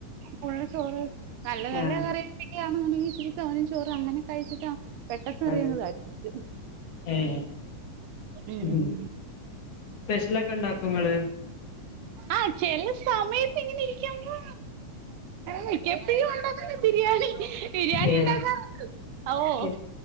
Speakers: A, on the right; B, on the left.
A: ഫുള്ള് ചോറ് നല്ല നല്ല
B: ആഹ്
A: കറിയൊക്കെയാണകി അല്ലാന്ന് ഉണ്ടെങ്കി ഇച്ചിരി തോനെ ചോറ് അങ്ങനെ കഴിച്ചിട്ട് പെട്ടെന്ന് അറിയുന്നത്
B: അതെ
A: <unintelligible>
B: ഏഹ്
A: ഉം
B: ഹും സ്പെഷ്യലൊക്കെ ഉണ്ടാക്കോ നിങ്ങള്.
A: ആഹ് ചെല സമയത്ത് ഇങ്ങനെ ഇരിക്കുമ്പോ മിക്കപ്പഴും ഉണ്ടാക്കുന്ന ബിരിയാണി ബിരിയാണി
B: ഏഹ്
A: ഉണ്ടാക്കാം നമുക്ക് ഓഹ്
B: ഏഹ്